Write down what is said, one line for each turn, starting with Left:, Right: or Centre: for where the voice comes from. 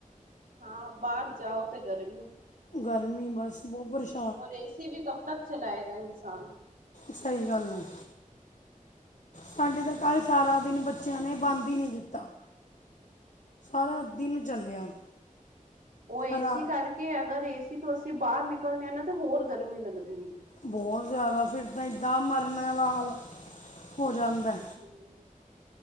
Right: ਹਾਂ ਬਾਰ ਜਾਓ ਤੇ ਗਰਮੀ
Left: ਗਰਮੀ ਬਸ ਬੋ ਪਰੇਸ਼ਾ
Right: ਔਰ ਏਸੀ ਵੀ ਕਬ ਤੱਕ ਚਲਾਏਗਾ ਇਨਸਾਨ
Left: ਸਹੀ ਗੱਲ ਏ। ਸਾਡੇ ਤਾਂ ਕੱਲ ਸਾਰਾ ਦਿਨ ਬੱਚੇਆਂ ਨੇ ਬੰਦ ਈ ਨੀ ਦਿੱਤਾ ਸਾਰਾ ਦਿਨ ਚੱਲਿਆ
Right: ਉ ਏਸੀ
Left: ਰਾ
Right: ਕਰਕੇ ਅਗਰ ਏਸੀ ਤੋਂ ਅਸੀਂ ਬਾਰ ਨਿਕਲਦੇ ਹਾਂ ਨਾ ਤੇ ਹੋਰ ਗਰਮੀ ਲੱਗਦੀ ਏ।
Left: ਬਹੁਤ ਜ਼ਿਆਦਾ ਫਿਰ ਤਾਂ ਏਦਾਂ ਮਰਨੇ ਆਲਾ ਹਾਲ ਹੋ ਜਾਂਦਾ।
Right: ਹੂੰ